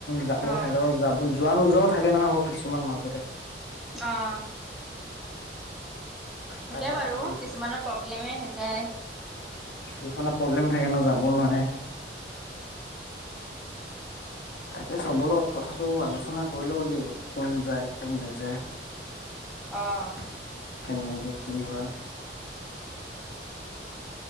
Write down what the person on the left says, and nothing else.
যাব
যাব যাব যোৱা নোযোৱাও থাকে নহয় অ কিছুমান মাজতে
তাকে
কথাটো
এইখনত অসুবিধা থাকে ন যাব নোৱাৰে তাকে চবৰ লগত কথাটো আলোচনা কৰি লও নেকি কোন যায় কোন নাযায়
কেনে যে কি হয়